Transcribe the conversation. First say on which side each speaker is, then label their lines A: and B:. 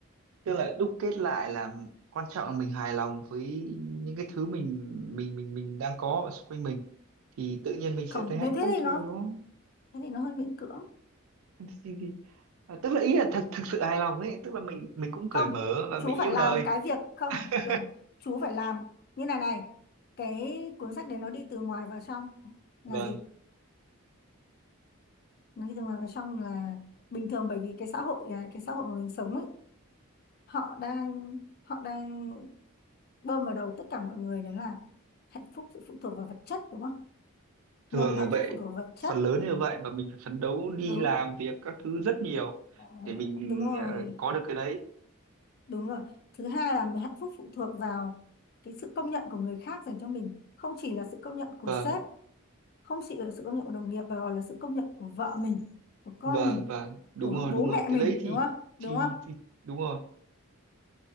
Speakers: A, on the right; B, on the left.
A: tức là đúc kết lại là quan trọng là mình hài lòng với những cái thứ mình mình mình mình đang có ở xung quanh mình thì tự nhiên mình sẽ
B: không
A: thấy hạnh
B: nên thế
A: phúc
B: thì nó
A: thôi đúng không
B: thế thì nó hơi miễn cưỡng
A: thì, thì, à, tức là ý là thật thực sự hài lòng ấy tức là mình mình cũng
B: không
A: cởi mở và
B: chú
A: mình yêu
B: phải làm
A: đời
B: cái việc không
A: <laughs>
B: đúng chú phải làm như này này cái cuốn sách đấy nó đi từ ngoài vào trong là
A: vâng
B: gì nó đi từ ngoài vào trong là bình thường bởi vì cái xã hội à, cái xã hội mà mình sống ấy họ đang họ đang bơm vào đầu tất cả mọi người đấy là hạnh phúc sự phụ thuộc vào vật chất đúng không
A: thường
B: một là
A: là
B: hạnh
A: vậy
B: phúc phụ thuộc vào vật chất
A: phần lớn như vậy và mình phải phấn đấu đi
B: đúng
A: làm việc các thứ rất nhiều
B: Ờ,
A: để mình
B: đúng rồi
A: ờ, có được cái đấy
B: đúng rồi thứ hai là hạnh phúc phụ thuộc vào cái sự công nhận của người khác dành cho mình không chỉ là sự công nhận của
A: vâng
B: sếp không chỉ là sự công nhận của đồng nghiệp mà còn là sự công nhận của vợ mình của con
A: vâng
B: mình
A: vâng đúng
B: của
A: rồi
B: bố
A: đúng
B: mẹ
A: rồi cái
B: mình
A: đấy thì
B: đúng không đúng
A: thì,
B: không
A: thì đúng rồi